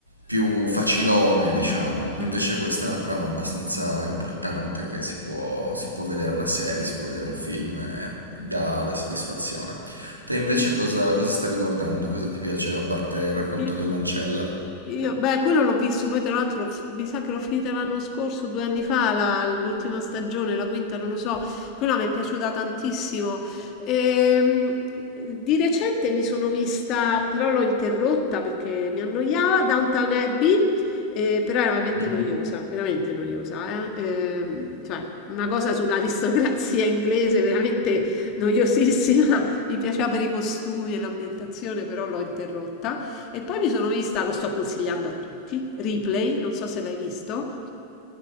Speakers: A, on the right; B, on the left.
A: più facilone, diciamo.
B: Mm.
A: Invece questa è una trama abbastanza importante che si può, si può vedere una serie, si può vedere un film e dà dà soddisfazione. Te invece cosa, cosa stavi guardando? Cosa ti piace a parte il racconto
B: Sì.
A: dell'ancella?
B: Io, beh, quello l'ho visto, poi tra l'altro l'ho f- mi sa che l'ho finita l'anno scorso, due anni fa, la- l'ultima stagione, la quinta, non lo so, quella mi è piaciuta tantissimo. Ehm, di recente mi sono vista, però l'ho interrotta perché mi annoiava, Downton Abbey, eh, però era veramente
A: Mm?
B: Mm. noiosa, veramente noiosa, eh. Ehm, cioè una cosa sull'aristocrazia inglese, veramente noiosissima, <laughs> mi piaceva per i costumi e l'ambientazione, però l'ho interrotta. E poi mi sono vista, lo sto consigliando a tutti, Replay, non so se l'hai visto,